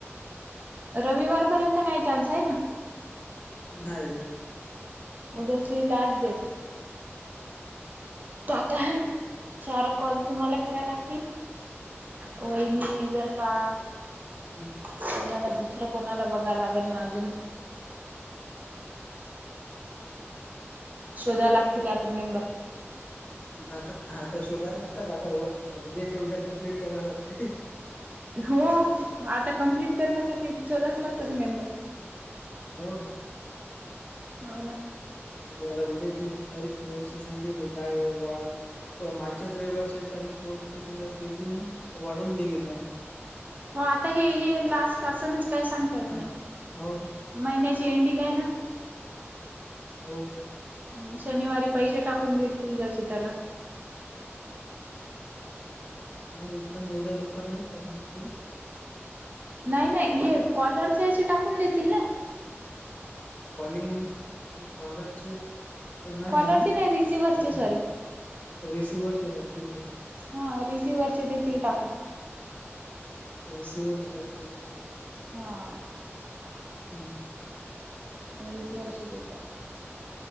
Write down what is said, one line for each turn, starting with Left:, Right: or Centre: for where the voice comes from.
Right: रविवार पर्यंत नाही चान्स आहे ना.
Left: नाही.
Right: उद्याची लास्ट डेट. त आता चार कॉल तुम्हाला करा लागतील. वहिनी जर का
Left: हम्म
Right: <unintelligible> कोणाला दुसरं कोणाला बघाव लागेल ना अजून. शोधाय लागतील आता मेंबर.
Left: आता आता शोधाला लागात आता उद्याच्या उद्या कम्प्लीट करायला लागते.
Right: हो आता कम्प्लीट करण्यासाठी शोधावंच लागतात मेंबर.
Left: हो
Right: हो ना
Left: आता उद्याची तारीख शेवटशी सांगली काय वाटतं. प मागच्याच रविवारची तारीख शेवटची सांगितली होती वाढवून दिली त्यांनी.
Right: हो आता हे हे लास्ट असनच काही सांगता येत
Left: हा
Right: नाही.
Left: हो
Right: महिन्याची एंडिंग आहे ना.
Left: हो
Right: मग शनिवारी पैसे टाकून देतील ज्याचे त्याला.
Left: नाही एकदम एवढ्या लवकर नाही टाकणार ते.
Right: नाही नाही हे कॉलरचे असे टाकून देतील ना.
Left: कॉलिंग, कॉलर चे. तर नाही
Right: कॉलरचे
Left: नाही
Right: रिसिव्हरचे
Left: तर
Right: सॉरी.
Left: रिसिवरचे टाकतील ते.
Right: हा रिसिवर्हरचे देतील टाकून.
Left: रिसिवरची टाकतील.
Right: हा
Left: हम्म
Right: रिसिव्ह चे देऊन टाकतील.